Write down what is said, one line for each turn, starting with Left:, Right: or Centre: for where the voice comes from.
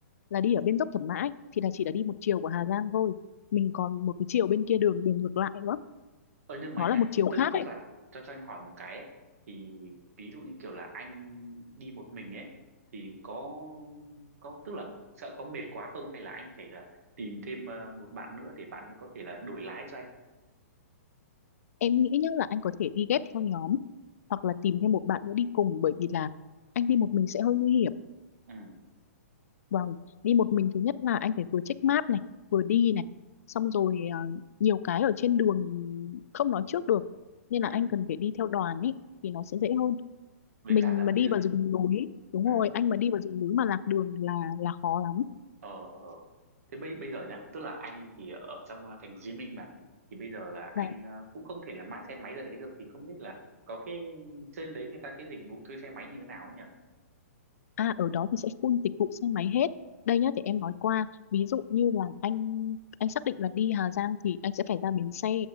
Left: là đi ở bên dốc Thẩm Mã ấy, thì là chỉ là đi một chiều của Hà Giang thôi mình còn một cái chiều bên kia đường đường ngược lại nữa
Right: Ơ nhưng mà
Left: nó
Right: nhá,
Left: là một chiều khác
Right: tức tức
Left: ấy
Right: là cho cho anh hỏi một cái ấy, thì ví dụ như kiểu là anh đi một mình ấy thì có có tức là sợ có mệt quá không hay là anh phải là tìm thêm ờ, một bạn nữa để bạn ấy có thể là đổi lái cho anh.
Left: em nghĩ nhá là anh có thể đi ghép theo nhóm hoặc là tìm thêm một bạn nữa đi cùng bởi vì là anh đi một mình sẽ hơi nguy hiểm
Right: Ừ
Left: vâng đi một mình thứ nhất là anh phải vừa check map này vừa đi này xong rồi à, nhiều cái ở trên đường không nói trước được nên là
Right: ừ
Left: anh cần phải đi theo đoàn ấy thì nó sẽ dễ hơn
Right: với
Left: mình
Right: cả là bây
Left: mà đi
Right: giờ
Left: vào rừng núi đúng rồi
Right: ừ
Left: anh mà đi vào rừng núi mà lạc đường là là khó lắm
Right: ờ ờ ờ. thế bây bây giờ nhá, tức là anh thì ở trong ờ, thành phố Hồ Chí Minh mà thì bây giờ là anh
Left: là
Right: ờ, cũng không thể là mang xe máy ra đấy được thì không biết là có cái trên đấy người ta cái dịch vụ thuê xe máy như thế nào ấy nhỉ?
Left: À ở đó thì sẽ full dịch vụ xe máy hết. Đây nhá để em nói qua, ví dụ như là anh anh xác định là đi Hà Giang thì anh sẽ phải ra bến xe.